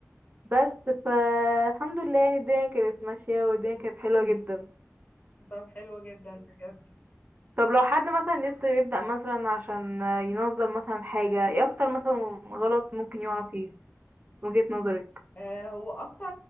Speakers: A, on the right; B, on the left.
A: بس فالحمد لله يعني الدنيا كانت ماشية والدنيا كانت حلوة جدا
B: طب حلو جدا بجد
A: طب لو حد مثلا لسه بيبدأ مثلا عشان ينظم مثلا حاجة ايه اكتر مثلا غلط ممكن يقع فيه من وجهة نظرك
B: آه، هو اكتر